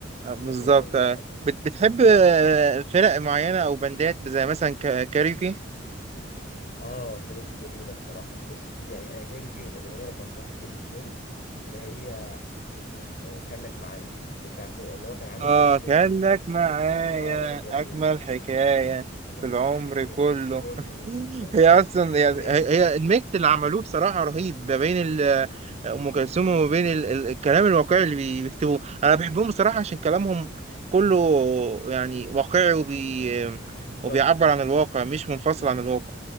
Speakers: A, on the right (about 35°); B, on the left (about 50°).
A: آه، بالظبط
B: جميل أوي بصراحة
A: آه. بت- بتحب آه،
B: طب
A: فرق معينه او بندات زي مثلا ك- كاريوكي
B: اه كايروكي جميله بصراحه بص يعني آه كايروكي الاغنيه رقم واحد بالنسبه لي اللي هي آه آه كان لك معايا بتاعته اللي هو كان عامل
A: آه
B: دويتو
A: كان
B: مع ام كلثوم
A: لك معايا
B: اه جميل
A: أجمل حكاية
B: جميل شفت
A: في العمر
B: شفت الفيديو
A: كله
B: كله
A: <laughs>
B: تن
A: هي
B: تن
A: أصلا
B: تن جميله
A: يعني هي هي الميكس اللي عملوه بصراحة رهيب ما بين ال-
B: جميل.
A: أم كلثوم وما بين ال- ال- الكلام الواقعي اللي بي- بيكتبوه أنا بحبهم بصراحة عشان كلامهم كله يعني واقعي وبي
B: بالظبط
A: وبيعبر عن
B: بالظبط
A: الواقع مش منفصل عن الواقع